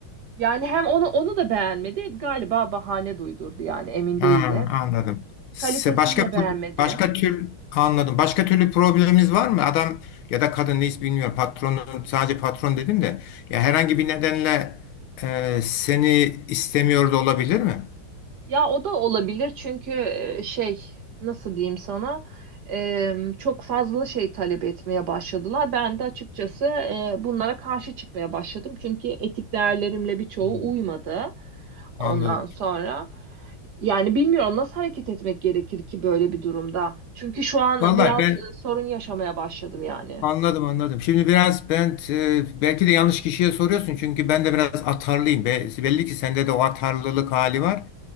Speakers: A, on the right (about 55°); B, on the left (about 75°).
A: Yani hem onu onu da beğenmedi. Galiba bahane duydurdu yani emin
B: Ha,
A: değilim.
B: anladım. Se-
A: Kalitesini
B: Başka
A: de beğenmedi.
B: başka tür anladım. Başka türlü probleminiz var mı? Adam ya da kadın neyse bilmiyorum. Patronun sadece patron dedin de ya herhangi bir nedenle e, seni istemiyor da olabilir mi?
A: Ya o da olabilir çünkü e, şey nasıl diyeyim sana e, çok fazla şey talep etmeye başladılar. Ben de açıkçası e, bunlara karşı çıkmaya başladım. Çünkü etik değerlerimle birçoğu
B: Hmm,
A: uymadı ondan
B: Anladım.
A: sonra. Yani bilmiyorum nasıl hareket etmek gerekir ki böyle bir durumda. Çünkü şu an
B: Vallahi
A: biraz
B: ben
A: e, sorun yaşamaya başladım yani.
B: anladım anladım. Şimdi biraz ben e, belki de yanlış kişiye soruyorsun çünkü ben de biraz atarlıyım. Be- Belli ki sende de o atarlılık hali var.